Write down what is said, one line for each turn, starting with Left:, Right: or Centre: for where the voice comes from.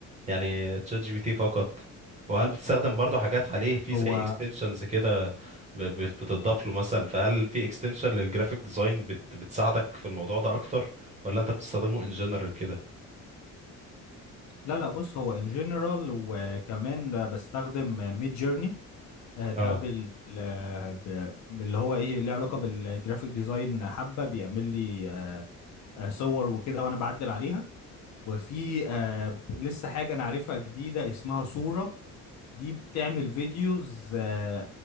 Right: يعني تشات جي بي تي فقط وهل بتستخدم برضو حاجات عليه في
Left: هو
Right: زي اكستنشنز كده ب- ب- بتضاف له مثلا فهل في اكستنشن للجرافيك ديزاين بت بتساعدك في الموضوع ده اكتر ولا انت بتستخدمه ان جنرال كده
Left: لا لا بص هو ان جنرال وكمان بستخدم ميد جيرني ده
Right: اه
Left: بال آه، ب- باللي هو ايه ليه علاقه بالجرافيك ديزاين حبه بيعمل لي آه، آه، صور وكده وانا بعدل عليها وفي آه، ب- لسه حاجه انا عارفها جديده اسمها صوره دي بتعمل فيديوز آه،